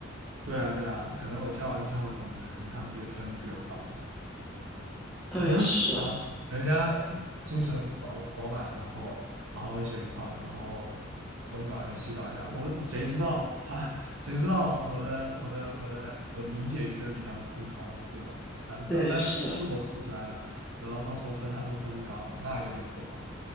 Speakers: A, on the right; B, in the centre.
A: 对啊对啊，可能我交完之后，他们可能他们比分比我高，
B: 对，
A: 很有可能啊，
B: 是，
A: 人家精神饱饱满，然后好好的学习泡 t 然后东搞一下西搞一下，我谁知道他，<laughs> 谁知道我的我的我的我的理解有没有比他们更好呢？对吧？反正都但都是我做出来的，
B: 对，是。
A: 然后到时候分他们分高，那有点破防。